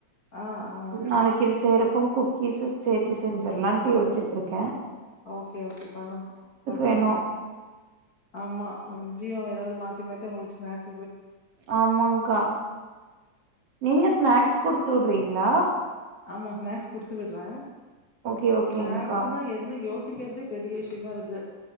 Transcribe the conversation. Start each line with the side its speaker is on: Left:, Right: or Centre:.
Left: ஆ ஆ
Right: நாளைக்கிது செய்றப் போ குக்கீஸு சேத்தி செஞ்சுர்லான்ட்டு யோச்சிட்ருக்கே
Left: ஓகே ஓகே பண்ணுங் <unintelligible>
Right: வேணு
Left: ஆமா அங்கியு எதாவ்து மாத் தி மட்டு உங்களுக் ஸ்நாக்
Right: ஆமாங்க்கா நீங்க ஸ்நாக்ஸ் குடுத்துவுட்றீங்ளா?
Left: ஆமா ஸ்நாக்ஸ் குடுத்து விட்றே
Right: ஓகே ஓகேங்க்கா
Left: ஸ்நாக்ஸுன்னா என்ன யோ சிக்கிற்தே பெரிய விஷ்யமா இருக்கு